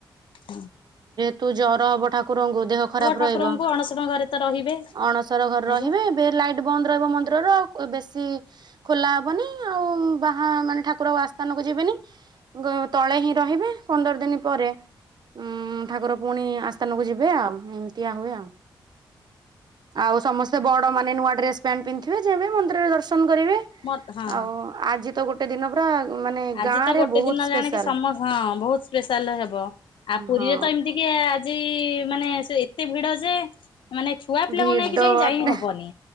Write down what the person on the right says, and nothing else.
ତୁ ଜର ହବ ଠାକୁରଙ୍କୁ ଦେହ ଖରାପ
ରହିବ
ଅଣସର ଘରେ ରହିବେ।
ବେଡ୍ ଲାଇଟ୍ ବନ୍ଦ ରହିବ ମନ୍ଦିରର ଆଉ ବେଶୀ ଖୋଲା ହବନି ଆଉ ବାହା ମାନେ ଠାକୁର ଆଉ ଆସ୍ଥାନକୁ ଯିବେନି। ଗ ତଳେ ହିଁ ରହିବେ ପନ୍ଦର ଦିନ ପରେ ଉଁ ଠାକୁର ପୁଣି ଆସ୍ଥାନକୁ ଯିବେ ଆଉ ଏମିତିଆ ହୁଏ ଆଉ ଆଉ ସମସ୍ତେ ବଡ ମାନେ ନୂଆ ଡ୍ରେସ୍ ପ୍ୟାଣ୍ଟ ପିନ୍ଧଥିବେ ଯିବେ ମନ୍ଦିରରେ ଦର୍ଶନ କରିବେ।
ଆଉ ଆଜି ତ ଗୋଟେ ଦିନ ପୁରା ମାନେ
ଗାଁ
ରେ
ବହୁତ
ସ୍ପେଶାଲ।
ହଁ
ଭିଡ
ବାପରେ